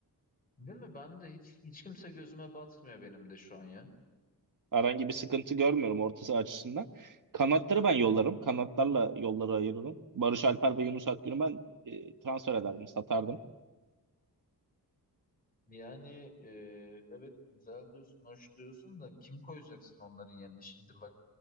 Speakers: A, on the left; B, on the right.
A: Değil mi? Ben de hiç, hiç kimse gözüme batmıyor benim de şu an ya.
B: Herhangi bir sıkıntı görmüyorum orta saha açısından. Kanatları ben yollarım. Kanatlarla yolları ayırırım. Barış Alper ve Yunus Akgün'ü ben e, transfer ederdim, satardım.
A: Yani e, evet güzel diyorsun, hoş diyorsun da kim koyacaksın onların yerine? Şimdi bak